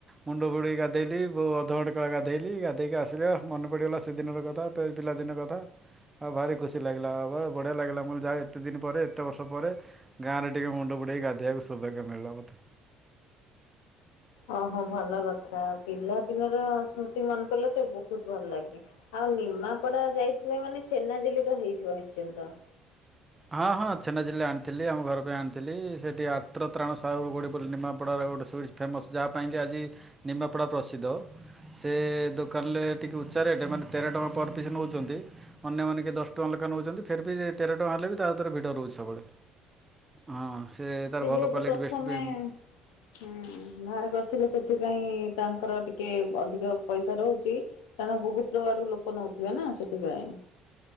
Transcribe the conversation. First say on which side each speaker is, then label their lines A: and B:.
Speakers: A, on the right; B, on the left.
A: ମୁଣ୍ଡ ବୁଡ଼େଇକି ଗାଧେଇଲି ବ ଅଧଘଣ୍ଟେ କାଳ ଗାଧେଇଲି ଗାଧେଇକି ଆସିଲେ ଓ ମନେ ପଡ଼ିଗଲା ସେଦିନର କଥା ତେ ପିଲାଦିନ କଥା ଆ ଭାରି ଖୁସି ଲାଗିଲା ଆ ବଢ଼ିଆ ଲାଗିଲା ମୋର ଯାହା ଏତେ ଦିନ ପରେ ଏତେ ବର୍ଷ ପରେ ଗାଁରେ ଟିକେ ମୁଣ୍ଡ ବୁଡେଇକି ଗାଧେଇବାକୁ ସୋଭାଗ୍ୟ ମିଳିଲା ମତେ।
B: ଓହୋ ଭଲ କଥା ପିଲାଦିନର ସ୍ମୃତି ମନେ ପଡିଲେ ତ ବହୁତ ଭଲ ଲାଗେ। ଆଉ ନିମାପଡା ଯାଇଥିଲେ ମାନେ ଛେନାଝିଲି ତ ହେଇଥିବ ନିଶ୍ଚିନ୍ତ।
A: ହଁ ହଁ ଛେନାଝିଲି ଆଣିଥିଲି ଆମ ଘର ପାଇଁ ଆଣିଥିଲି ସେଠି ଆତ୍ରତ୍ରାଣ ସାହୁ ଗୋଟେ ନିମାପଡ଼ାର ଗୋଟେ ସୁଇଡସ୍ ଫେମସ୍ ଯାହା ପାଇଁକି ଆଜି ନିମାପଡ଼ା ପ୍ରସିଦ୍ଧ ସେ ଦୋକାନରେ ଟିକେ ଉଚ୍ଚା ରେଟ୍ ମାନେ ତେର ଟଙ୍କା ପର ପିସ୍ ନେଉଚନ୍ତି ଅନ୍ୟମାନେ କି ଦଶ ଟଙ୍କା ଲେଖା ନେଉଚନ୍ତି ଫେର୍ ବି ତେର ଟଙ୍କା ହେଲେ ବି ତା କତିରେ ଭିଡ଼ ରହୁଚି ସବୁବେଳେ ହଁ ସେ ତାର ଭଲ
B: ଯେହେତୁ
A: କ୍ୱାଲିଟି
B: ପ୍ରଥମେ
A: ବେଷ୍ଟ ବି
B: ହୁଁ ବାହାର କରିଥିଲେ ସେଥିପାଇଁ ତାଙ୍କର ଟିକେ ଅଧିକ ପଇସା ରହୁଚି କାରଣ ବହୁତ ଆଡୁ ଲୋକ ନଉଥିବେ ନା ସେଥିପାଇଁ।